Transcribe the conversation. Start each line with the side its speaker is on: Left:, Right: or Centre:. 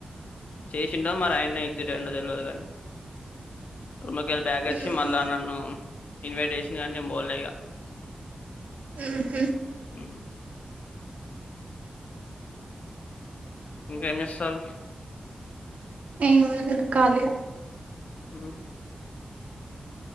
Left: చేసిండో మరి ఆయన్నె ఎగ్జిట్ అయ్యండో తెలియదు కానీ రూమ్లా కేళి బ్యాక్
Right: హ్మ్
Left: వచ్చి మళ్ళా నన్ను ఇన్వైట్ చెసిండు కానీ నేను పొలే ఇగ
Right: ఉహు ఉమ్
Left: ఉ ఇంకెం చేస్తారు
Right: ఏమి లేదు కాలి
Left: ఉ